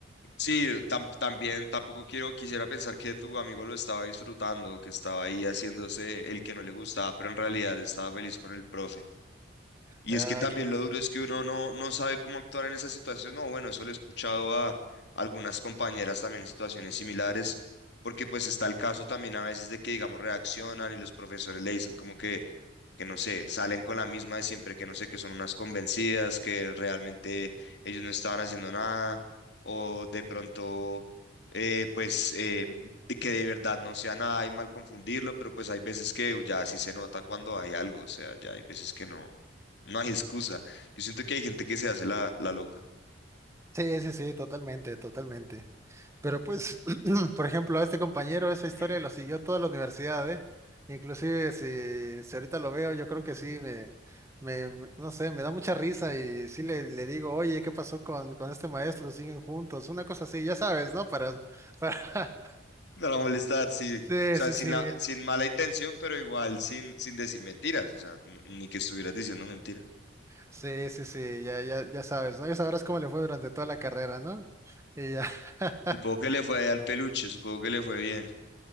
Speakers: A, on the left (about 60°); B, on the right (about 15°).
A: Sí, tam- también tampoco quiero, quisiera pensar que tu amigo lo estaba disfrutando, que estaba ahí haciéndose el que no le gustaba, pero en realidad estaba feliz con el profe.
B: <laughs>
A: Y
B: Ah,
A: es que también
B: quién-
A: lo duro es que uno no, no sabe cómo actuar en esa situación. No, bueno, eso lo he escuchado a algunas compañeras también en situaciones similares, porque pues está el caso también a veces de que, digamos, reaccionan y los profesores le dicen como que que no sé, salen con la misma de siempre, que no sé, que son unas convencidas, que realmente ellos no estaban haciendo nada, o de pronto, eh, pues, eh, de que de verdad no sea nada y mal confundirlo, pero pues hay veces que ya sí se nota cuando hay algo, o sea, ya hay veces que no, no hay excusa. Yo siento que hay gente que se hace la, la loca.
B: Sí, sí, sí, totalmente, totalmente. Pero pues, <clears throat> por ejemplo, a este compañero esa historia
A: <clears throat>
B: lo siguió toda la universidad, ¿eh? Inclusive si, si ahorita lo veo, yo creo que sí, me, me, me- no sé, me da mucha risa y sí le, le digo, oye, ¿qué pasó con, con este maestro? ¿Siguen juntos? Una cosa así, ya sabes, ¿no? Para, para... <laughs>
A: Para molestar, sí. O
B: Sí,
A: sea,
B: sí,
A: sin
B: sí,
A: la, sin mala intención, pero igual sin, sin decir mentiras, o sea, n- ni que estuvieras diciendo mentiras.
B: sí, sí, sí, ya, ya, ya sabes, ¿no? Ya sabrás cómo le fue durante toda la carrera, ¿no? Y ya. <laughs>
A: Supongo que le fue al peluche, supongo que le fue bien.